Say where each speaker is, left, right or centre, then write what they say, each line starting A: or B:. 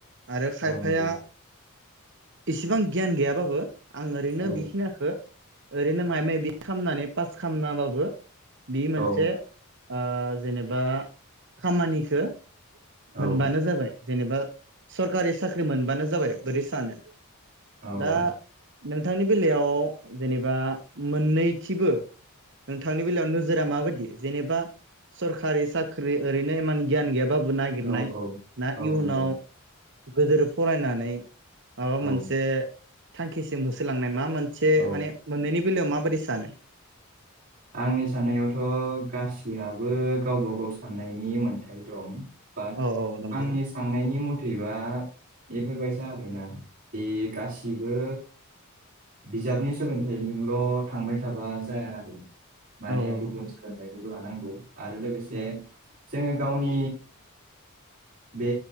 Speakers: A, on the right; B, on the right.
A: आरो खायफाया
B: औ नंगौ
A: इसिबां गियान गैयाबाबो आं ओरैनो
B: औ
A: बेखिनियाखो ओरैनो माय मायदि खालामनानै पास खालामनाबाबो बि मोनसे
B: औ
A: ओ जेनेबा खामानिखौ।
B: औ
A: मोनबानो जाबाय। जेनेबा सरकारि साख्रि मोनबानो जाबाय बिदि सानो।
B: औ
A: दा नोंथांनि बेलायाव जेनेबा मोननैथिबो। नोंथांनि बेलायाव नोजोरा माबायदि? जेनेबा सरकारि साख्रि ओरैनो इमान गियान गैयाबाबो। नाय
B: औ
A: ना
B: औ
A: इयुनाव
B: नंगौ
A: गोदोर फरायनानै माबा
B: औ
A: मोनसे थांखिसिम होसोलांनाय। मा मोनसे
B: औ
A: माने मोनैनि माबाददि सानो?
B: आंनि साननायावथो गासीआबो गावबा गाव साननाय नि मोन्थाय दं। बा
A: औ औ नंगौ
B: आंनि साननायनि मथेबा दा बेफोरबायसा आरोना, दि गासिबो बिजाबनि सोलोंथाइजोंल' थांबाय थाबा जाया आरो ना। माने
A: औ नंगौ
B: गुबुन सोलोंथाइखौबो लानांगौ। आरो लोगोसे
A: औ
B: जोङो गावनि बे